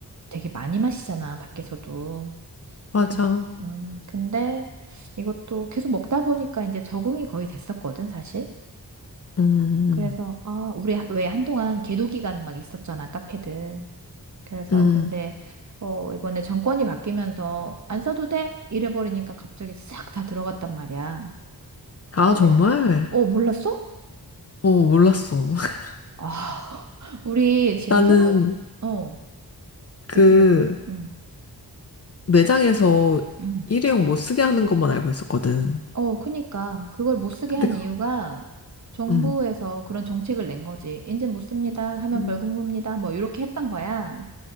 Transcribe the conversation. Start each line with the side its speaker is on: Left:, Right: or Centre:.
Right: 되게 많이 마시잖아, 밖에서도.
Left: 맞아.
Right: 근데 음, 근데 이것도 계속 먹다 보니까 이제 적응이 거의 됐었거든, 사실.
Left: 음,
Right: 그래서 아, 우리 왜 한동안 계도 기간 막 있었잖아, 카페들. 그래서
Left: 음.
Right: 근데 어 이번에 정권이 바뀌면서 안 써도 돼? 이래 버리니까 갑자기 싹 다 들어갔단 말이야.
Left: 아,
Right: 그래.
Left: 정말?
Right: 어, 몰랐어?
Left: 어, 몰랐어. <laughs>
Right: 아, <laughs> 우리 지금
Left: 나는
Right: 새로운 어,
Left: 그
Right: 얘기해 봐. 응.
Left: 매장에서
Right: 응
Left: 일회용 못 쓰게 하는 것만 알고 있었거든.
Right: 어, 그니까 그걸 못 쓰게
Left: 근데
Right: 한
Left: 그,
Right: 이유가 정부에서
Left: 음,
Right: 그런 정책을 낸 거지. 이제 못 씁니다. 하면
Left: 음.
Right: 벌금 봅니다. 뭐 이렇게 했던 거야.